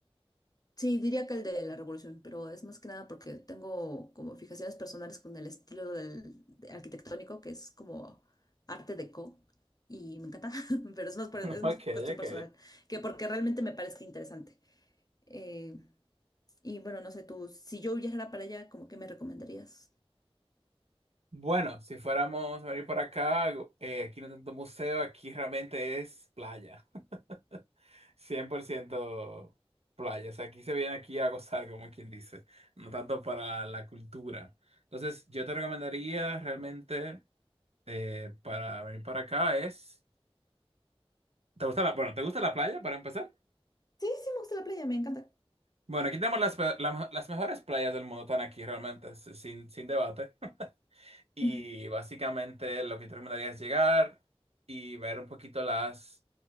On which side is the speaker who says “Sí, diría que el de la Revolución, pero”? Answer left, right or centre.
Left